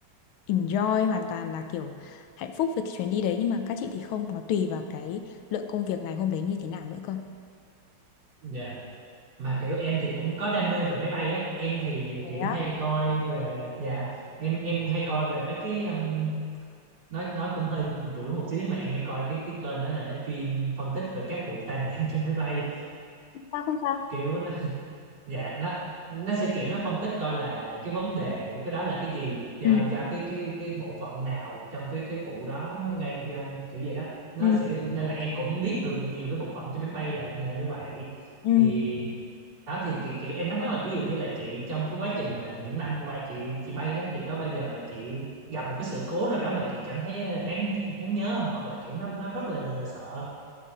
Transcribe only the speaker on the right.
dạ mà kiểu em thì cũng có đam mê về máy bay á em thì
kiểu
hay coi về dạ em em hay coi về mấy cái um, nói nói cũng hơi rủi một xíu nhưng mà em hay coi cái cái kênh đó là nó chuyên phân tích về các vụ tai nạn <laughs> trên máy bay
kiểu nó dạ nó nó sẽ kiểu nó phân tích coi là cái vấn đề của cái đó là cái gì do,
do cái cái cái bộ phận nào trong cái cái vụ đó nó gây nên kiểu vậy đó nó
sẽ nên là em cũng biết được nhiều cái bộ phận trên máy bay là nhờ như vậy
thì đó thì thì kiểu em thắc mắc là ví dụ như là chị trong cái quá trình mà những năm qua chị chị bay đó thì có bao giờ mà chị gặp một cái sự cố nào đó mà chị cảm thấy ờ, đáng đáng nhớ không hoặc là kiểu nó nó rất là, là sợ không?